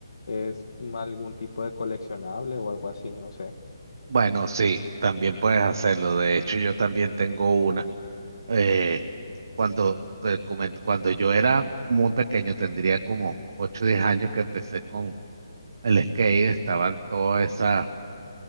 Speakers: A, on the left; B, on the right.
A: es algún tipo de coleccionable o algo así, no sé.
B: Bueno, sí, también puedes hacerlo. De hecho, yo también tengo una. Eh, cuando, te comento, cuando yo era muy pequeño, tendría como 8 o 10 años que empecé con el skate, estaban todas esas